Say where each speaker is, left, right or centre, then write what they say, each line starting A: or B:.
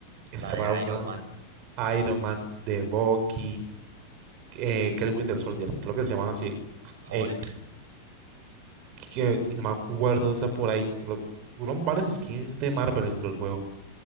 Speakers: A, on the right (about 40°); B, on the right (about 60°).
A: estaba
B: La de
A: una
B: Iron Man.
A: Iron Man de Bucky, eh, que es Winter Soldier, creo que se llaman así.
B: Hulk,
A: Eh, que- y no me acuerdo otra por ahí. Pero, fueron varias skins de Marvel dentro del juego.